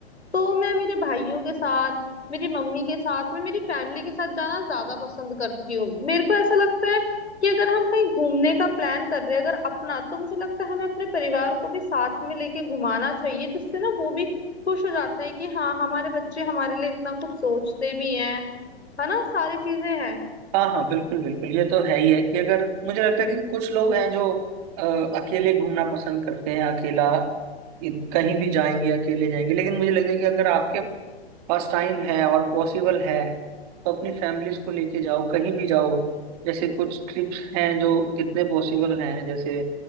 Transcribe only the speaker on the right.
हाँ हाँ बिल्कुल बिल्कुल ये तो है ही है कि अगर मुझे लगता है कि कुछ लोग हैं जो अ, अकेले घूमना पसंद करते हैं अकेला इ- कहीं भी जाएंगे अकेले जाएंगे लेकिन मुझे लगता है कि अगर आपके पास टाइम है और पॉसिबल है तो अपनी फैमिलीज को लेके जाओ कहीं भी जाओ जैसे कुछ ट्रिप्स हैं जो कितने पॉसिबल हैं जैसे